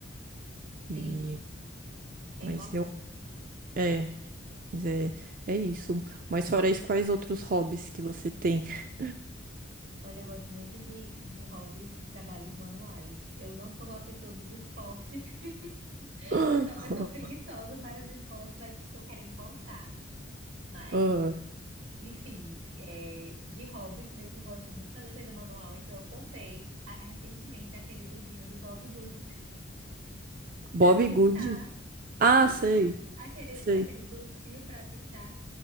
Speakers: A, on the right; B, on the right.
A: E,
B: sim. É
A: mas
B: importante.
A: eu, é, mas é, é isso. Mas fora isso, quais outros hobbies que você tem? <gasps>
B: Olha, eu gosto muito de, de hobbies de trabalhos manuais. Eu não sou a pessoa dos esportes, <laughs>
A: <laughs>
B: eu sou a pessoa preguiçosa para os esportes, mas estou querendo voltar. Mas
A: Ah,
B: Enfim, é, de hobbies mesmo, eu gosto muito de fazer coisa manual, então eu comprei a- recentemente aquele livrinho do Bob Goods
A: Bob
B: para pintar.
A: Good. Ah,
B: Tu nunca
A: sei,
B: viu aquele,
A: sei.
B: aquele docinho para pintar?